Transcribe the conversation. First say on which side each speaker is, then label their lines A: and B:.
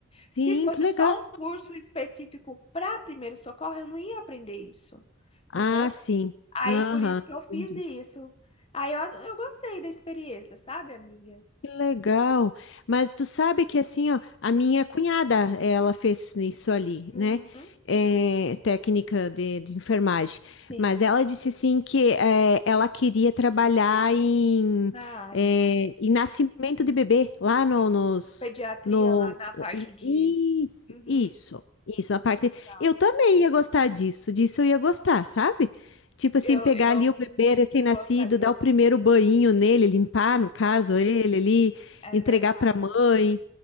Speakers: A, on the left (about 30°); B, on the left (about 65°).
A: Se
B: Sim,
A: fosse
B: que legal.
A: só um curso específico para primeiro socorro, eu não ia aprender isso, entendeu?
B: Ah, sim.
A: Aí
B: Aham,
A: por isso que eu fiz
B: entendi.
A: isso. Aí eu, eu gostei da experiência, sabe, amiga?
B: Que legal. Mas tu sabe que assim, ó, a minha cunhada, ela fez isso ali,
A: Uhum,
B: né? É, técnica de, de enfermagem.
A: sim,
B: Mas ela disse assim que é, ela queria trabalhar em,
A: na área.
B: é, em nascimento de bebê, lá no,
A: E
B: nos,
A: Pediatria
B: no,
A: lá na parte
B: i-
A: de.
B: isso,
A: Uhum,
B: isso, isso. A parte,
A: legal.
B: eu também ia gostar disso, disso eu ia gostar, sabe? Tipo assim,
A: Eu,
B: pegar
A: eu
B: ali
A: não,
B: o bebê recém-nascido,
A: não gostaria.
B: dar o primeiro banho nele, limpar,
A: Sim,
B: no caso, ele ali,
A: é
B: entregar
A: verdade.
B: pra mãe.